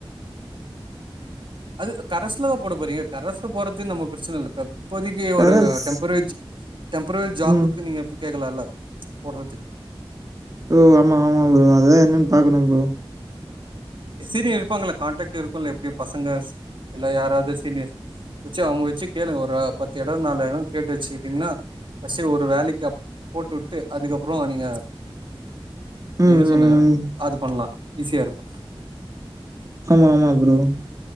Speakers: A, on the right; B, on the right.
A: அது கரைசலதா போட போறீங்க கரசல போறது நம்ம பிரச்சன இல்லப்ப இப்போதைக்கு
B: கரஸ்
A: ஒரு டெம்பரரி ஜ டெம்பரரி ஜாபுக்கு
B: ம்.
A: இப்ப கேக்கலால்ல போடறதுக்கு
B: ஓ ஆமா ஆமா ப்ரோ அதுதா என்னன்னு பாக்கனு ப்ரோ
A: சீனியர் இருப்பாங்க கான்டாக்ட் இருக்குல்ல எப்டியோ பசங்க இல்ல யாராது சீனியர்ஸ் வச்சு அவுங்க வச்சு கேளுங்க ஒரு பத்து எடொ நாலு எடொ கேட்டு வச்சுக்கிட்டீங்ன்னா ஃபஸ்ட்டு ஒரு வேலைக்கு அப் போட்டு உட்டு அதுக்கப்பறோ நீங்க இந்த
B: ம்,
A: இது சொன்ன
B: ம்.
A: அது பண்லா ஈஸியா இருக்கு
B: ஆமா ஆமா ப்ரோ